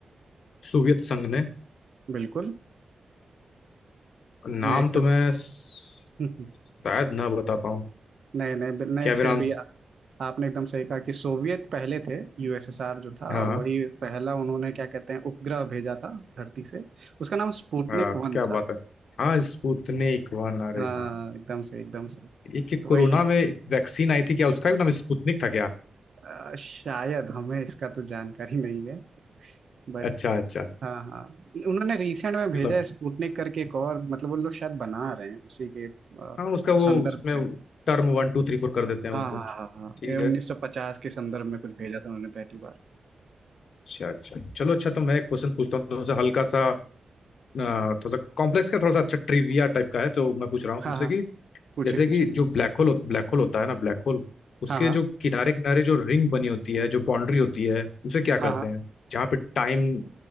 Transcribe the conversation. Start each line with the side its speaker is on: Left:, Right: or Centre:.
Left: सोवियत संघ ने
Right: बिल्कुल
Left: नाम
Right: नहीं एकदम
Left: तो मैं स-
Right: <laughs>
Left: शायद ना बता पाऊँ
Right: नहीं नहीं बिल- नहीं
Left: क्या मेरा
Right: फिर
Left: आंस-
Right: भी आ- आपने एकदम सही कहा कि सोवियत पहले थे यूएसएसआर जो था
Left: हाँ
Right: वही पहला उन्होंने क्या कहते हैं उपग्रह भेजा था धरती से उसका नाम स्पुतनिक
Left: अ,
Right: वन
Left: क्या
Right: था
Left: बात है हाँ स्पुतनिक वन अरे
Right: हाँ
Left: हाँ
Right: एकदम सही एकदम सही
Left: एक एक
Right: तो
Left: कोरोना
Right: वही
Left: में वैक्सीन आई थी क्या उसका भी नाम स्पुतनिक था क्या
Right: अ, शायद हमें इसका तो जानकारी नहीं है बट
Left: अच्छा अच्छा
Right: हाँ हाँ उन्होंने रिसेंट में
Left: चलो
Right: भेजा है स्पुतनिक करके एक और मतलब वो लोग शायद बना रहे हैं उसी के अ,
Left: हाँ उसका वो
Right: संदर्भ
Left: उसमें
Right: में
Left: term one two three four कर देते हैं
Right: हाँ
Left: उसको
Right: हाँ हाँ हाँ
Left: ठीक
Right: ये
Left: है
Right: 1950 के संदर्भ में कुछ भेजा था उन्होंने पहली बार
Left: अच्छा अच्छा चलो अच्छा तो मैं एक क्वेश्चन पूछता हूँ थोड़ा सा हल्का सा अ, थोड़ा सा कॉम्प्लेक्स का थोड़ा सा अच्छा ट्रिविया टाइप का है तो मैं पूछ रहा हूँ तुमसे
Right: हाँ हाँ
Left: कि
Right: पूछिए
Left: जैसे
Right: पूछिए
Left: कि जो ब्लैक होल ब्लैक होल होता है ना ब्लैक होल उसके
Right: हाँ हाँ
Left: जो किनारे किनारे जो रिंग बनी होती है जो बाउंड्री होती है उसे क्या कहते
Right: हाँ हाँ
Left: हैं जहाँ पे टाइम